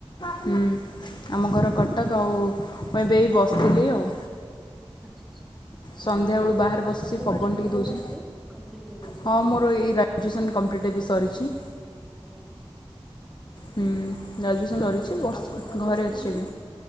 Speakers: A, on the left; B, in the centre.
A: ହୁଁ ଆମ ଘର କଟକ୍ ଆଉ ମୁଁ ଏବେ ଏଇ ବସ୍‌ଥିଲି ଆଉ।
B: ଆଚ୍ଛା ଆଚ୍ଛା
A: ସନ୍ଧ୍ୟାବେଳୁ
B: ପାଠ
A: ବାହାରେ
B: ପାଠ
A: ବସିଛି
B: ପଢୁଛନ୍ତି
A: ପବନ ଟିକେ ଦେଉଛି
B: ନା ଏବେ କମ୍ପ୍ଲିଟ ହେଇଯାଇଛି
A: ହଁ
B: ମାଡମ୍?
A: ମୋର ଏଇ ଗ୍ରାଜୁଏସନ୍ କମ୍ପ୍ଲିଟ୍ ଏବେ ସରିଛି।
B: ଆଜ୍ଞା।
A: ହୁଁ। ଗ୍ରାଜୁଏସନ୍ ସରିଛି
B: ଆଉ ଏବେ
A: ବର୍ଷ୍‌
B: କିଛି କରୁଛନ୍ତି
A: ଘରେ ଅଛି
B: ନା
A: ଏବେ।